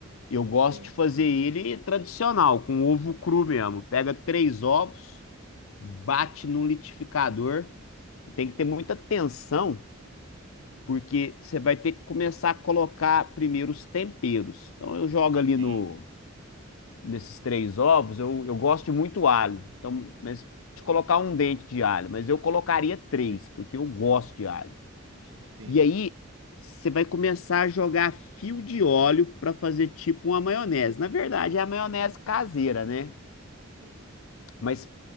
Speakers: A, on the left (about 75°); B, on the right (about 65°).
A: Eu gosto
B: Tem,
A: de fazer ele tradicional, com ovo cru mesmo. Pega três ovos, bate no liquidificador. Tem que ter muita atenção, porque você vai ter que começar a colocar primeiro os temperos. Então eu jogo ali
B: tem.
A: no nesses três ovos, eu, eu gosto de muito alho. Então, mas pode colocar um dente de alho, mas eu colocaria três,
B: Sim,
A: porque eu gosto de alho.
B: sim,
A: E aí, você vai começar a jogar fio de óleo para fazer tipo uma maionese. Na verdade, é a maionese caseira, né?
B: sim, sim.
A: Mas